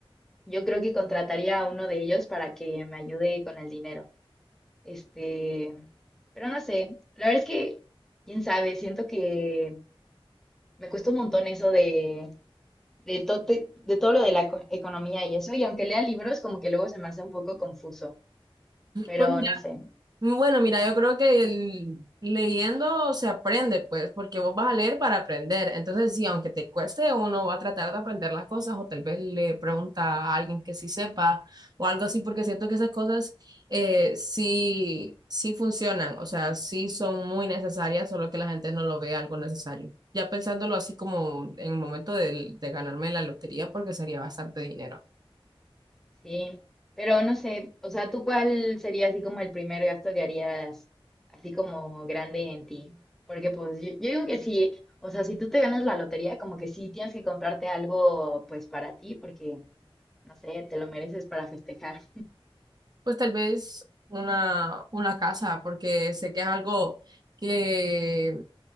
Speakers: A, in the centre; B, on the right.
A: yo creo que contrataría a uno de ellos para que me ayude con el dinero. Este, pero no sé, la verdad es que, quién sabe, siento que me cuesta un montón eso de, de, to- de de todo lo de la eco- economía y eso, y aunque lea libros, como que luego se me hace un poco confuso, pero
B: Pues
A: no sé.
B: Bueno, mira, yo creo que el- leyendo se aprende, pues, porque vos vas a leer para aprender. Entonces, sí, aunque te cueste, uno va a tratar de aprender las cosas o tal vez le pregunta a alguien que sí sepa o algo así, porque siento que esas cosas eh, sí, sí funcionan, o sea, sí son muy necesarias, solo que la gente no lo ve algo necesario. Ya pensándolo así como en el momento del- de ganarme la lotería, porque sería bastante dinero.
A: Sí, pero no sé, o sea, ¿tú cuál sería así como el primer gasto que harías así como grande en ti? Porque pues yo, yo digo que sí, o sea, si tú te ganas la lotería, como que sí tienes que comprarte algo pues para ti, porque no sé, te lo mereces para festejar.
B: Pues tal vez una, una casa, porque sé que es algo que,